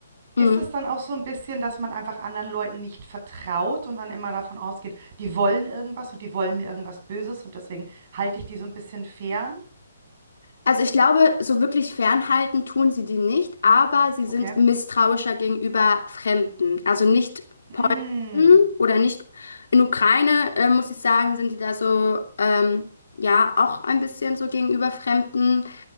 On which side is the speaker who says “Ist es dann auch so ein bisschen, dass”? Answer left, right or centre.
Right